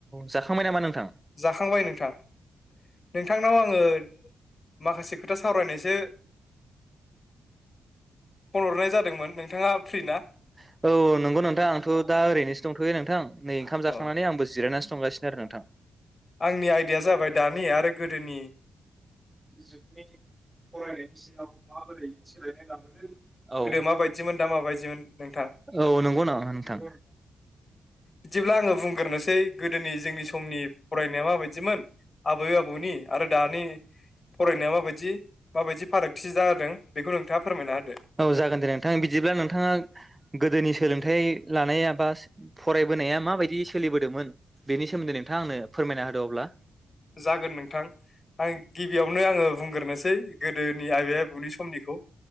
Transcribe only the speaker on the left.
जाखांबाय नोंथां नोंथांनाव आङो माखासे खोथा सावरायनायसो फन हरनाय जादोंमोन नोंथाङा फ्रि ना
अ
आंनि आयदाया जाबाय दानि आरो गोदोनि
माबायदिमोन
माबायदिमोन
नोंथां
बिदिब्ला आङो बुंगोरनोसै गोदोनि जोंनि समनि फरायनाया माबायदिमोन आबै आबौनि आरो दानि
फरायनाया माबायदि माबायदि फारागथि जादों बेखौ नोंथाङा फोरमायना होदो
जागोन नोंथां आं गिबियावनो आङो बुंगोरनोसै गोदोनि आबै आबौनि समनिखौ